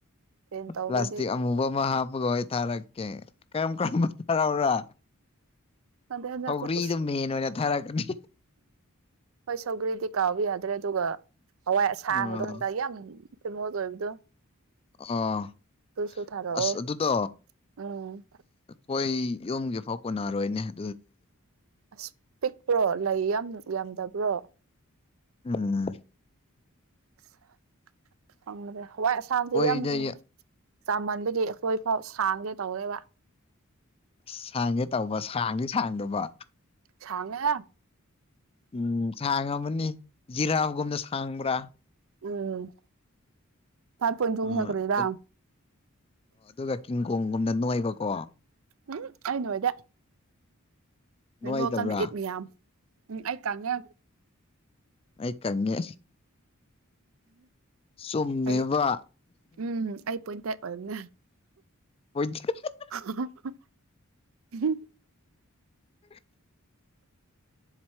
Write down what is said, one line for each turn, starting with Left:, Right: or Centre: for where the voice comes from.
Right: ꯁꯦꯟ ꯇꯧꯕꯗꯤ
Left: ꯄ꯭ꯂꯥꯁꯇꯤꯛ ꯑꯃꯃꯨꯕ ꯑꯃ ꯍꯥꯞꯄꯒ ꯑꯣꯏ ꯊꯥꯔꯛꯀꯦ ꯀꯔꯝ ꯀꯔꯝꯕ ꯊꯥꯔꯛꯎꯔ
Right: ꯈꯪꯗꯦ ꯍꯟꯗꯛꯇꯤ
Left: ꯁꯧꯒ꯭ꯔꯤꯗꯣ
Right: ꯎꯁ
Left: ꯃꯦꯟ ꯑꯣꯏꯅ ꯊꯥꯔꯛꯀꯅꯤ
Right: ꯍꯣꯏ ꯁꯧꯒ꯭ꯔꯤꯗꯤ ꯀꯥꯎꯕ ꯌꯥꯗ꯭ꯔꯦ ꯑꯗꯨꯒ ꯍꯋꯥꯏ ꯑꯁꯥꯡꯕꯗꯣ
Left: ꯑꯥ
Right: ꯍꯟꯗꯛ ꯌꯥꯝ ꯊꯤꯃꯣꯁ ꯑꯣꯏꯕꯗꯣ
Left: ꯑꯥ
Right: ꯑꯗꯨꯁꯨ ꯊꯥꯔꯛꯑꯣ
Left: ꯑꯁ ꯑꯗꯨꯗꯣ
Right: ꯎꯝ
Left: ꯍꯣꯏ ꯌꯨꯝꯒꯤ ꯐꯥꯎ ꯀꯣꯟꯅꯔꯣꯏꯅꯦ <unintelligible>
Right: ꯑꯁ ꯄꯤꯛꯄ꯭ꯔꯣ ꯂꯩ ꯌꯥꯝ ꯌꯥꯝꯗꯕ꯭ꯔꯣ
Left: ꯎꯝ
Right: <unintelligible> ꯍꯋꯥꯏ ꯑꯁꯥꯡꯕꯁꯦ
Left: ꯑꯩꯈꯣꯏꯗ
Right: ꯌꯥꯝ ꯆꯥꯃꯟꯕꯒꯤ ꯑꯩꯈꯣꯏꯐꯥꯎ ꯈꯡꯒꯦ ꯇꯧꯋꯦꯕꯥ
Left: ꯑꯁ ꯁꯥꯡꯒꯦ ꯇꯧꯕ ꯁꯥꯡꯗꯤ ꯁꯥꯡꯗꯕ
Right: ꯁꯥꯡꯉꯦ
Left: ꯎꯝ ꯁꯥꯡꯉꯕꯅꯤ ꯖꯤꯔꯥꯒꯨꯝꯅ ꯁꯥꯡꯕ꯭ꯔꯥ
Right: ꯎꯝ ꯐꯥꯏꯚ ꯄꯣꯏꯟ ꯇꯨꯅ
Left: ꯑ
Right: ꯀꯔꯤꯔꯥ
Left: ꯑꯠ ꯑꯗꯨꯒ ꯀꯤꯡꯀꯣꯡꯒꯨꯝꯅ ꯅꯣꯏꯕꯀꯣ
Right: ꯎꯝ ꯑꯩꯅꯣꯏꯗꯦ ꯃꯦꯡꯒꯣꯀꯝ
Left: ꯅꯣꯏꯗꯕ꯭ꯔꯥ
Right: ꯏꯠ ꯃꯌꯥꯝ ꯎꯝ ꯑꯩ ꯀꯪꯉꯦ
Left: ꯑꯩ ꯀꯪꯉꯦ ꯆꯨꯝꯃꯦꯕ
Right: ꯑꯩ ꯎꯝ ꯑꯩ ꯄꯣꯏꯟꯇꯦꯛ ꯑꯣꯏꯕꯅꯦ
Left: <unintelligible>
Right: <unintelligible> ꯍꯨꯝ
Left: <unintelligible>